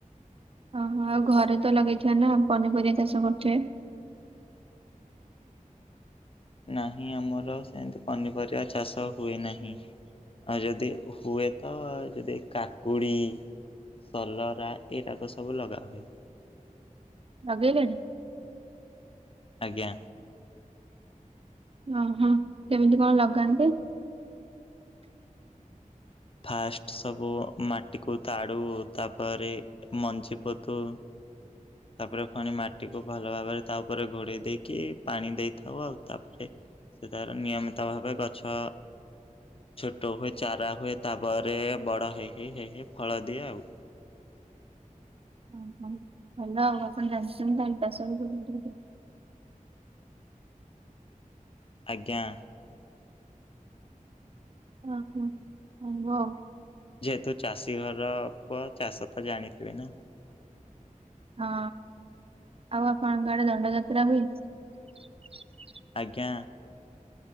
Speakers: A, on the right (about 45°); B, on the left (about 40°).
A: ଓହୋ ଆଉ ଘରେ ତ ଲଗେଇଥିବେ ନା ପନିପରିବା ଚାଷ କରୁଥିବେ?
B: ନାହିଁ ଆମର ସେମିତି ପନିପରିବା ଚାଷ ହୁଏ ନାହିଁ। ଆଉ ଯଦି ହୁଏ ତ ଯଦି କାକୁଡି ସଲରା ଏଟାକ ସବୁ ଲଗାହୁଏ।
A: ଲଗେଇଲେଣି
B: ଆଜ୍ଞା।
A: ଅ ହଁ କେମିତି କଣ ଲଗାନ୍ତି?
B: ଫାଷ୍ଟ ସବୁ ମାଟିକୁ ତାଡୁ ତାପରେ ମଞ୍ଜି ପୋତୁ ତାପରେ ପଣି ମାଟିକୁ ଭଲ ଭାବରେ ତା ଉପରେ ଘୋଡେଇ ଦେଇକି ପାଣି ଦେଇଥାଉ ଆଉ ତାପରେ ସେଥିରେ ନିୟମିତ ଭାବେ ଗଛ ଛୋଟ ହୁଏ ଚାରା ହୁଏ ତାପରେ ବଡ ହେଇ ହେଇ ହେଇ ହେଇ ଫଳ ଦିଏ ଆଉ।
A: ହଁ ହଁ ଭଲ <unintelligible>
B: ଆଜ୍ଞା।
A: ହୁଁ ହୁଁ ହ୍ନୁ ଅ।
B: ଯେହେତୁ ଚାଷୀ ଘର ପୁଅ ଚାଷ ତ ଜାଣିଥିବେ ନା?
A: ହଁ ଆଉ ଆପଣଙ୍କ ଆଡେ ଦଣ୍ଡଯାତ୍ରା ଆଉ ହେଇଚି।
B: ଆଜ୍ଞା।